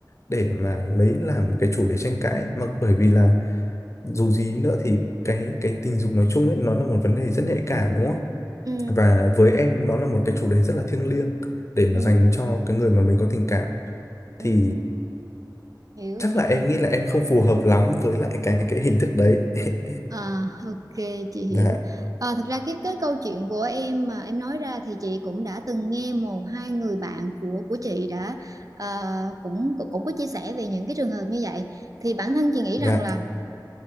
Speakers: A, on the left; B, on the right.
A: để mà lấy làm cái chủ đề tranh cãi mà bởi vì là dù gì nữa thì cái cái tình dục nói chung ấy nó là một vấn đề rất nhạy cảm đúng không
B: ừ
A: và với em nó là một cái chủ đề rất là thiêng liêng để
B: Ừm,
A: mà dành cho cái người mà mình có tình cảm thì
B: ừm, hiểu
A: chắc
B: chị
A: là
B: hiểu
A: em nghĩ là em không phù hợp lắm với lại cái cái hình thức đấy <laughs>
B: À, ok chị hiểu
A: dạ
B: à, thật ra cái cái câu chuyện của em mà em nói ra thì chị cũng đã từng nghe một hai người bạn của của chị đã à, cũng cũng cũng có chia sẻ về những cái trường hợp như vậy thì bản thân chị nghĩ
A: dạ
B: rằng là